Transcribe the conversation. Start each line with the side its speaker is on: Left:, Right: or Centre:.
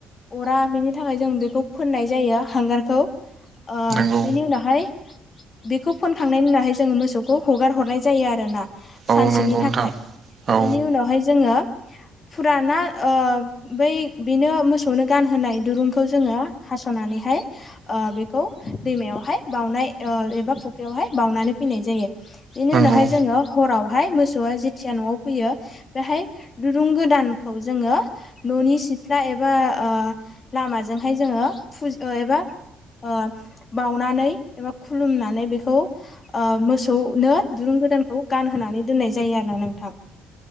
Left: अरा बिनि थाखाय जों बेखौ फोननाय जायो हांगारखौ ओ
Right: नंगौ
Left: बेनि उनावहाय बेखौ फोनखांनायनि उनावहाय जोङो मोसौखौ हगार हरनाय जायो आरो ना! सानसेनि
Right: औ नंगौ
Left: थाखाय
Right: नोंथां औ
Left: बेनि उनावहाय जोङो फुराना ओ बै बेनो मोसौनो गानहोनाय दुरुंखौ जोङो हास'नानैहाय ओ बेखौ दैमायावहाय बावनाय ओ एबा फुख्रियावहाय बावउनानै फैनाय जायो बेनि
Right: नंगौ
Left: उनावहाय जोङो हरावहाय मोसौआ जेथिया न'आव फैयो बेहाय दुरुं गोदानखौ जोङो न'नि सिथ्ला एबा ओ लामाजोंहाय जों फुज एबा ओ बावनानै एबा खुुलुमनानै बेखौ मोसौनो दुरुं गोदानखौ गानहोनानै दोननाय जायो आरो ना नोंथां